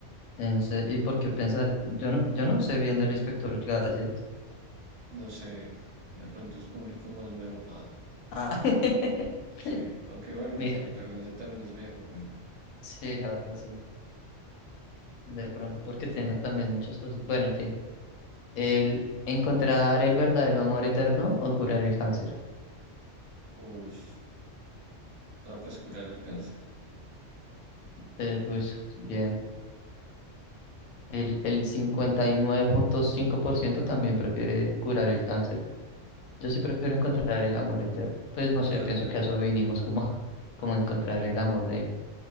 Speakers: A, on the left; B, on the right.
A: en serio. ¿Y por qué pensa? Yo no, yo no sé bien del inspector Gadget.
B: No sé, de pronto es público más nuevo. Ah,
A: Ah. <laughs>
B: sí. Aunque bueno,
A: Mira,
B: el inspector Gadget también es viejo, pero.
A: sí, la verdad, sí. De pronto porque tiene también muchas cosas. Bueno, en fin. El encontrar el verdadero amor eterno o curar el cáncer.
B: Uy, no, pues curar el cáncer.
A: Eh, uy, bien. El, el cincuenta y nueve punto cinco por ciento también prefiere curar el cáncer. Yo sí prefiero encontrar el amor eterno. Pues no
B: <laughs>
A: sé,
B: Ah,
A: pienso
B: ¿Lo ven?
A: que a eso vinimos como, <laughs> como encontrar el amor de